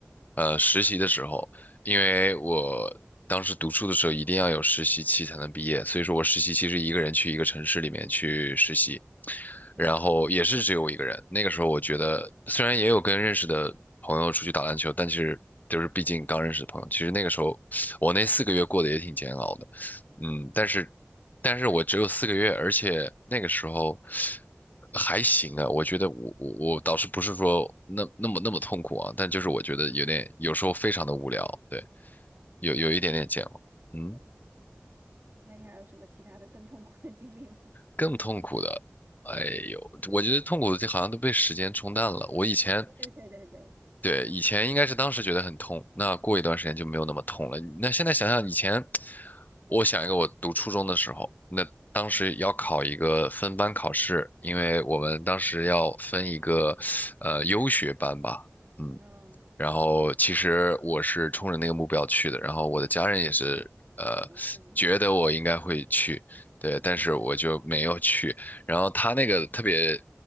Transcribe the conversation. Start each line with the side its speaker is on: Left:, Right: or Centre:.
Left: 呃实习的时候，因为我当时读书的时候一定要有实习期才能毕业，所以说我实习期是一个人去一个城市里面去实习，
Right: 嗯，
Left: 然后也是只有我一个人。那个时候我觉得，虽然也有跟认识的朋友出去打篮球，但其实就是毕竟刚认识的朋友，其实那个时候我那四个月过得也挺煎熬的。嗯，但是但是我只有四个月，而且那个时候还行啊。我觉得我我我倒是不是说那那么那么痛苦啊，但就是我觉得有点有时候非常的无聊，对，有有一点点煎熬。
Right: 那你痛苦
Left: 嗯。
Right: 什么？那你还有什么其他的更痛苦的经历吗？
Left: 更痛苦的，哎呦，我觉得痛苦的就好像都被时间冲淡了。我以前，
Right: <laughs> 对对对对，
Left: 对，以前应该是当时觉得很痛，那过一段时间就没有那么痛了。那现在想想以前，我想一个我读初中的时候，那当时要考一个分班考试，
Right: 嗯
Left: 因为我们当时要分一个呃优学班吧，
Right: 嗯
Left: 嗯，
Right: 嗯。
Left: 然后其实我是冲着那个目标去的，然后我的家人也是呃
Right: 嗯，
Left: 觉得我应该会去，对，
Right: 好厉害，
Left: 但是我就没有去。然后他那个特别，